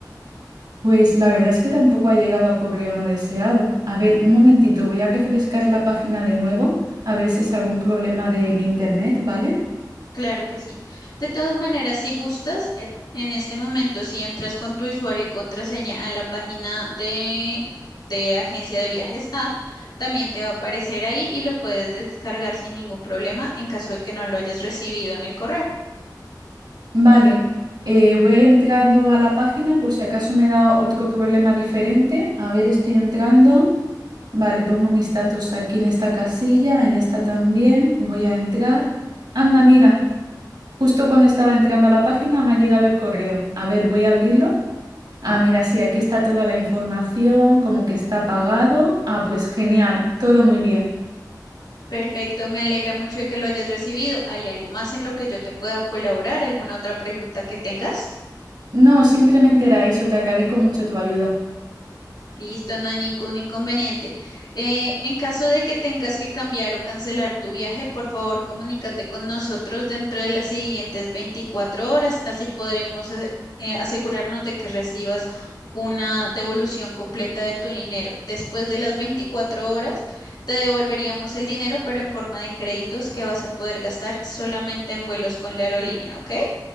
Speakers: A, on the right; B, on the left.
A: Pues la verdad es que tampoco ha llegado a correo no deseado. A ver, un momentito, voy a refrescar la página de nuevo, a ver si es algún problema de mi internet, ¿vale?
B: Claro que sí. De todas maneras, si gustas, eh, en este momento, si entras con tu usuario y contraseña a la página de, de Agencia de Viajes A, también te va a aparecer ahí y lo puedes descargar sin ningún problema en caso de que no lo hayas recibido en el correo.
A: Vale, eh, voy entrando a la página por si acaso me da otro problema diferente. A ver, estoy entrando. Vale, pongo mis datos aquí en esta casilla, en esta también. Voy a entrar. Anda, mira. Justo cuando estaba entrando a la página me ha llegado el correo. A ver, voy a abrirlo. Ah, mira, sí, aquí está toda la información, como que está pagado. Ah, pues genial, todo muy bien.
B: Perfecto, me alegra mucho de que lo hayas recibido. ¿Hay algo más en lo que yo te pueda colaborar? ¿Alguna otra pregunta que tengas?
A: No, simplemente era eso, te agradezco mucho tu ayuda.
B: Listo, no hay ningún inconveniente. Eh, en caso de que tengas que cambiar o cancelar tu viaje, por favor, comunícate con nosotros dentro de las siguientes 24 horas, así podremos eh, eh, asegurarnos de que recibas una devolución completa de tu dinero. Después de las 24 horas, te devolveríamos el dinero, pero en forma de créditos que vas a poder gastar solamente en vuelos con la aerolínea, ¿ok?